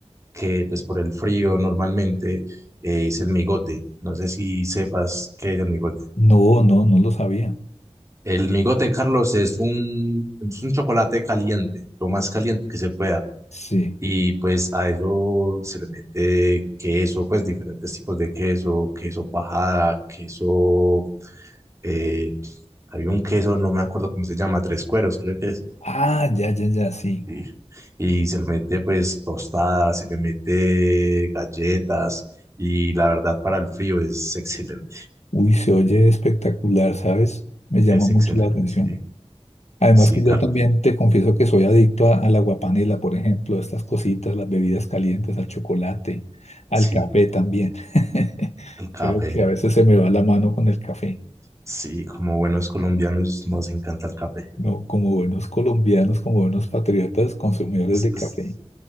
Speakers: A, on the right; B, on the left.
A: que pues por el frío normalmente eh, es el migote. No sé si sepas qué es el migote.
B: No, no, no lo sabía.
A: El migote, Carlos, es un, es un chocolate caliente, lo más caliente que se pueda.
B: Sí.
A: Y pues a eso se le mete queso, pues diferentes tipos de queso, queso cuajada, queso, eh, hay un queso, no me acuerdo cómo se llama, tres cueros, creo que es.
B: Ah, ya, ya, ya, sí.
A: Sí. Y se le mete pues tostadas, se le mete galletas y la verdad para el frío es excelente,
B: Uy, se oye espectacular, ¿sabes? Me llama
A: es
B: mucho
A: excelente,
B: la atención.
A: sí.
B: Además
A: Sí,
B: que
A: Carlos,
B: yo también te confieso que soy adicto a, a la guapanela, por ejemplo, a estas cositas, las bebidas calientes, al chocolate, al
A: sí,
B: café también. <laughs>
A: el café.
B: Creo que a veces se me va la mano con el café.
A: Sí, como buenos colombianos nos encanta el café.
B: No, como buenos colombianos, como buenos patriotas, consumidores
A: Es-
B: de
A: es-
B: café.